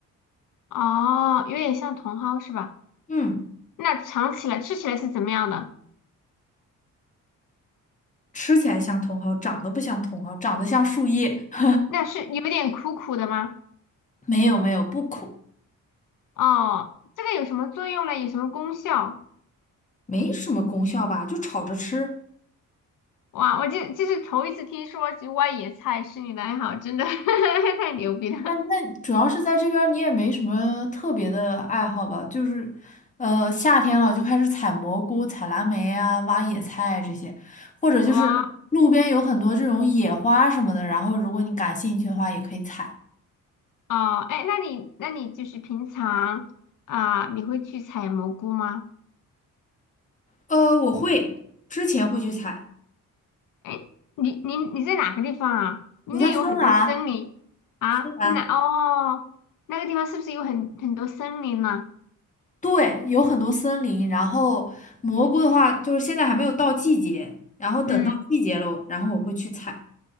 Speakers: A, on the left; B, on the left.
A: 哦，有点像茼蒿是吧？
B: 嗯，
A: 那尝起来吃起来是怎么样的？
B: 吃起来像茼蒿，长得不像茼蒿，长得像树叶。<laughs>
A: 那是有点苦苦的吗？
B: 没有没有，不苦，
A: 哦，这个有什么作用呢？有什么功效？
B: 没什么功效吧，就炒着吃。
A: 哇，我这这是头一次听说就挖野菜是你的爱好，真的 <laughs> 太牛逼了！
B: 那主要是在这边儿你也没什么特别的爱好吧，就是，呃，夏天了就开始采蘑菇、采蓝莓啊，挖野菜这些，或者就是路边有很多这种野花什么的，
A: 哇
B: 然后如果你感兴趣的话，也可以采。
A: 哦，哎，那你那你就是平常啊，你会去采蘑菇吗？
B: 呃，我会，之前会去采。
A: 哎，你你你在哪个地方啊？应该有很多森林啊，
B: 我在芬兰，芬兰，
A: 在哪？哦，那个地方是不是有很很多森林呢？
B: 对，有很多森林。然后蘑菇的话，就是现在还没有到季节，然后等到季节了，
A: 嗯，
B: 然后我会去采。